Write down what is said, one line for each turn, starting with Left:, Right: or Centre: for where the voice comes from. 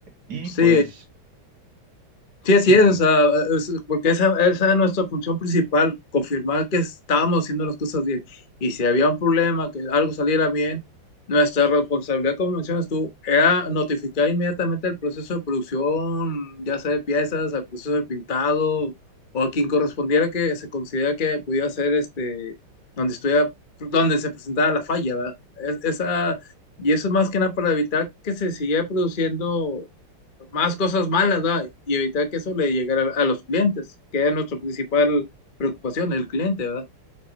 Right: Y
Left: sí,
Right: pues
Left: Sí, así
Right: sí,
Left: es, o sea, es- porque esa, esa es nuestra función principal, confirmar que estamos haciendo las cosas bien. Y si había un problema, que algo saliera bien, nuestra responsabilidad, como mencionas tú, era notificar inmediatamente al proceso de producción, ya sea de piezas, al proceso de pintado, o a quien correspondiera que se considera que pudiera ser este, donde estuviera, donde se presentaba la falla, ¿verdad? Es- esa, y eso es más que nada para evitar que se siguiera produciendo más cosas malas, ¿verdad? Y evitar que eso le llegara a, a los clientes, que es nuestra principal preocupación, el cliente, ¿verdad?